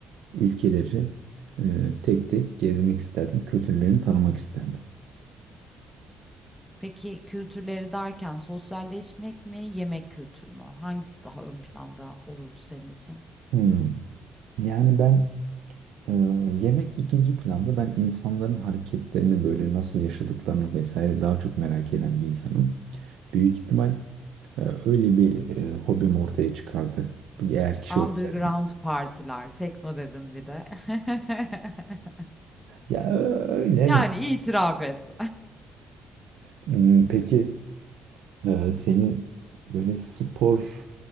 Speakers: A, on the right (about 80°); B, in the centre.
A: ülkeleri e, tek tek gezmek isterdim. Kültürlerini tanımak isterdim.
B: Peki kültürleri derken sosyalleşmek mi, yemek kültürü mü? Hangisi daha ön planda olurdu senin için?
A: Hmm. Yani ben e, yemek ikinci planda. Ben insanların hareketlerini böyle nasıl yaşadıklarını vesaire daha çok merak eden bir insanım. Büyük ihtimal e, öyle bir e, hobim ortaya çıkardı. Bir Eğer kişi
B: Underground
A: olsaydı.
B: partiler, tekno dedin bir de. <laughs>
A: Ya ö- öyle evet.
B: Yani itiraf et.
A: Hmm, peki e, senin böyle spor